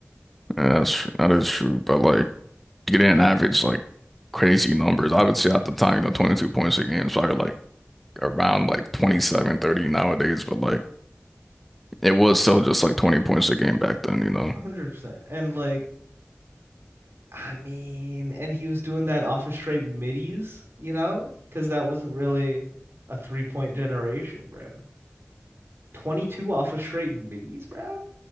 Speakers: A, in the centre; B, on the right.
A: Yeah, that's tr- that is true. But like you didn't average like crazy numbers. I would say at the time, you know, 22 points a game is probably like around like twenty seven, 30 nowadays. But like it was still just like 20 points a game back then, you know.
B: 100%. And like, I mean, and he was doing that off of straight middies, you know? Because that wasn't really a three point generation, bro. 22 off of straight middies, bro?